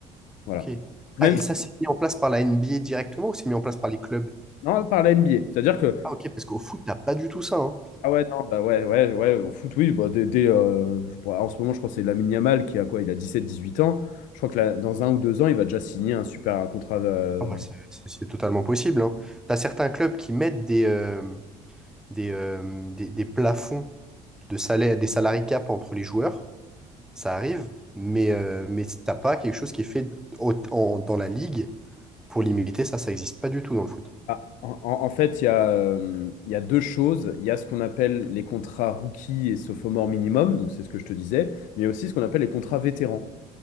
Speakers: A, on the left (about 80°); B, in the centre.
A: Voilà.
B: Ok.
A: Même
B: Ah, et
A: si-
B: ça, c'est mis en place par la NBA directement ou c'est mis en place par les clubs?
A: non, par la NBA. C'est-à-dire que
B: Ah, ok, parce qu'au foot, t'as pas du tout ça. hein.
A: Ah ouais, non, bah ouais, ouais, ouais, au foot, oui. Bah, dès, dès, euh, je pourrais- en ce moment, je crois que c'est Lamine Yamal qui a quoi? Il a dix sept dix huit ans. Je crois que là, dans un ou deux ans, il va déjà signer un super un contrat. euh,
B: Ah, bah, c'est c'est- c'est totalement possible. Hein. T'as certains clubs qui mettent des... euh, des, euh, des, des plafonds de salaire, des salary cap entre les joueurs, ça arrive, mais, euh, mais t'as pas quelque chose qui est fait au- en- dans la ligue pour limiter ça, ça existe pas du tout dans le foot.
A: ah, en, en- en fait, il y a, euh, il y a deux choses. Il y a ce qu'on appelle les contrats rookies et sophomore minimum, donc c'est ce que je te disais, mais il y a aussi ce qu'on appelle les contrats vétérans.